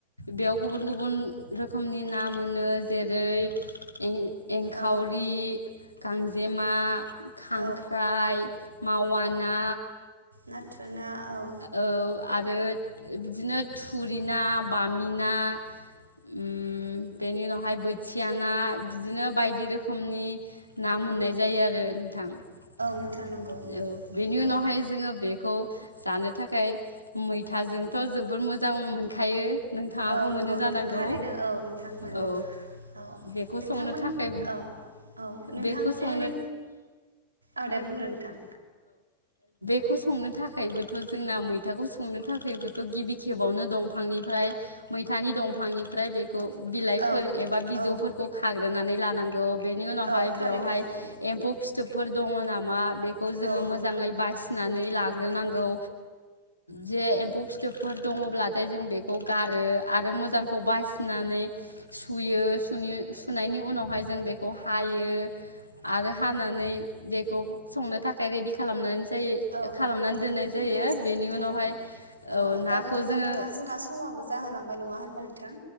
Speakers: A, on the left; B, on the right.
A: बेयाव गुबुन गुबुन रोखोमनि ना मोनो जेरै एं- एंखावरि,
B: औ
A: गांजेमा, खांख्राइ,
B: औ
A: मावा ना
B: नाथुर ना औ।
A: औ आरो बिदिनो थुरि ना बामि ना ओम बेनि उनावहाय बोथिया ना बिदिनो बायदि रोखोमनि ना मोननाय जायो आरो नोंथां। औ
B: नोंथां नंगौ
A: बेनि उनावहाय
B: औ
A: जोङो बे <unintelligible> जानो थाखाय मैथाजोंथ' जोबोर मोजां मोनखायो। नोंथाङाबो
B: औ नंगौ
A: मोनो
B: नोंथां
A: जानांगौ
B: थारैनो औ नोंथां मोनो
A: औ
B: औ
A: बेखौ
B: नोंथांमोन
A: संनो थाखाय
B: औ औ नोंथांमोननि
A: बेखौ संनो
B: औ दे बुंग्रो नोंथां।
A: खौ संनो था थाखायबोथ' जोंना मैथाखौ संनो थाखायबोथ' गिबि खेबावनो दंफांनिफ्राय मैथानि दंफांनिफ्राय बे औ बिलाइफोर
B: औ
A: एबा बिजौफोरखौ
B: औ
A: खाग्रोनानै ला नांगौ। बेनि उनावहाय
B: औ थारैनो
A: बेवहाय
B: नंगौ
A: एम्फौ फिथोबफोर दङ नामा? मा बेखौ जोङो
B: औ
A: मोजाङै बासिनानै ला नांगौ जे एम्फौ फिथोबफोर दङब्लाथाय जों बेखौ गारो आरो मोजांखौ बासिनानै सुयो सुनायनि उनाव हाय जों बेखौ हायो आरो हानानै बेखौ संनो थाखाय रेदि खालामनानै जायो
B: औ।
A: खालामनानै
B: नंगौ नोंथां
A: दोननाय
B: नों बुंनाया
A: जायो
B: सैथो
A: बेनि
B: थारैनो
A: उनावहाय
B: ओ
A: औ नाखौ
B: दा बिदिब्ला
A: जोङो
B: नोंथां जोंना समाबो जाहोलांबाय नङा होनबा नोंथां